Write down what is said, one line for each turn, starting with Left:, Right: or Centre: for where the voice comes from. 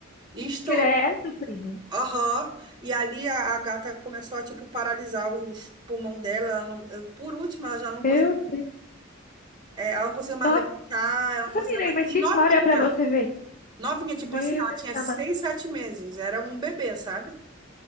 Right: Estourou.
Left: Credo, prima.
Right: Aham. E ali a, a gata começou a, tipo, paralisar os pulmão dela. ela não- eu- por último, ela já não
Left: Meu
Right: conseguia,
Left: Deus.
Right: é, ela não conseguia mais
Left: Nossa,
Right: levantar, ela não conseguia
Left: menina,
Right: mais...
Left: mas
Right: E
Left: que
Right: novinha,
Left: história pra você ver.
Right: novinha, tipo
Left: Meu
Right: assim, ela
Left: Deus,
Right: tinha
Left: tá
Right: seis,
Left: ma-
Right: sete meses, era um bebê, sabe?